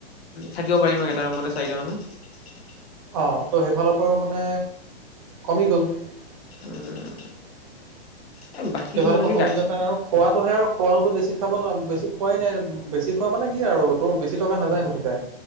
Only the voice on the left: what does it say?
থাকিব পাৰিম ন এটা ৰুমতে চাৰিটা মানুহ।
উম এ বাকী
তোমালোকে
গা